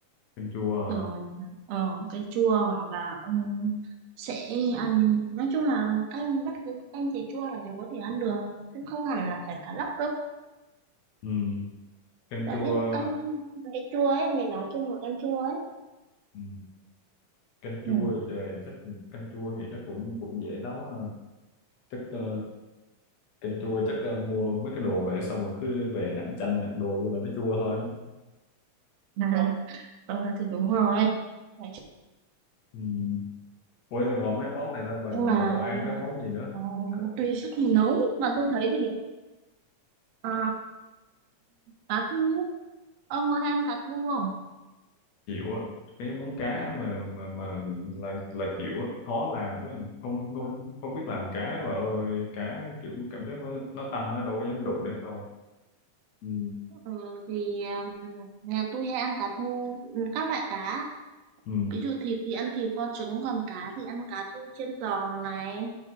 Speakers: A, on the left; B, on the right.
A: canh chua
B: rồi
A: à?
B: ờ, canh chua hoặc là ừm, sẽ ăn nói chung là canh bất cứ canh gì chua là đều có thể ăn được cũng không hẳn là phải cà lóc đâu
A: ừ. canh
B: đấy
A: chua
B: canh cái chua ấy mình nói chung là canh chua ấy
A: ừ. canh
B: Ừ.
A: chua thì chắc canh chua thì chắc cũng cũng dễ nấu ha chắc ờ, canh chua chắc ờ, mua mấy cái đồ về xong rồi cứ về nặn chanh nặn đồ vô là nó chua thôi
B: <laughs> À, ờ thì đúng rồi. Nói
A: ừ. Ủa ngồi mấy món này là bà,
B: nhưng mà
A: bà còn ăn cái món gì nữa?
B: ờ,
A: C-
B: tùy sức mình nấu mà tôi thấy thì ờ, cá thu ông có hay ăn cá thu không
A: Chịu á, cái món cá mà mà mà là là chịu á, khó làm quá, không không không biết làm cá bà ơi, cá kiểu cảm giác nó nó tanh nó đâu có dám đụng đến đâu. Ừ,
B: ừ, thì ờ, nhà tôi hay ăn cá thu các loại cá
A: ừ,
B: ví dụ thịt thì ăn thịt kho trứng còn cá thì ăn cá thu chiên giòn này